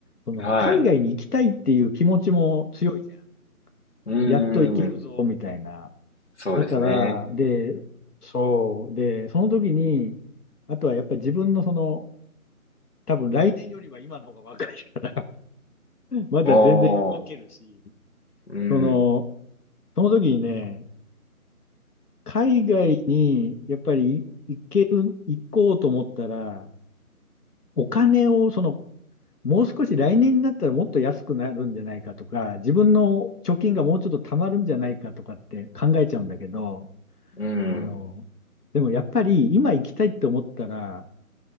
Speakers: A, on the left; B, on the left.
A: その、
B: はい、
A: 海外に行きたいっていう気持ちも強いじゃん。
B: うー
A: やっと行けるぞ、
B: ん、
A: みたいな。
B: そうですね。
A: だから、で、そう。で、その時に、あとはやっぱり自分のその、多分来年よりは今の方が若いから <laughs> まだ全然動けるし、
B: おー、うん、
A: その、その時にね、海外にやっぱり行ける、行こうと思ったら、お金をその、もう少し来年になったらもっと安くなるんじゃないかとか、自分の貯金がもうちょっと貯まるんじゃないかとかって考えちゃうんだけど、
B: うん、
A: あの、でもやっぱり今行きたいって思ったら、